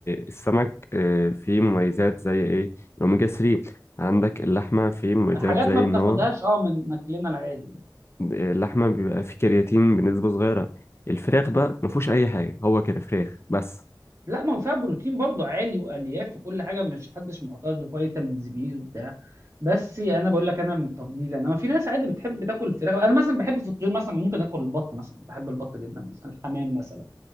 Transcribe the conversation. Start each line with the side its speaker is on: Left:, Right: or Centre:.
Left: السمك آه، فيه مميزات زي ايه الاوميجا 3 عندك اللحمه فيه مميزات
Right: حاجات
Left: زي
Right: ما بناخدهاش
Left: ان هو
Right: اه من اكلنا العادي
Left: اللحمه بيبقى فيه كرياتين بنسبه صغيره الفراخ بقى ما فيهوش اي حاجه هو كده فراخ بس
Right: لا ما هو فيها بروتين برضو عالي والياف وكل حاجه مش حدش معترض وفيتامينز بي وبتاع بس يعني انا بقول لك انا من تفضيلي انا في ناس عادي بتحب تاكل الفراخ انا مثلا بحب في الطيور مثلا ممكن اكل البط مثلا بحب البط جدا مثلا الحمام مثلا